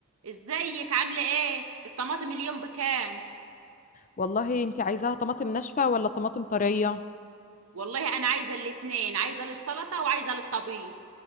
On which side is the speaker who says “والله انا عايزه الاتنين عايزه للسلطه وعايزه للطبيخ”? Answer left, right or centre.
Right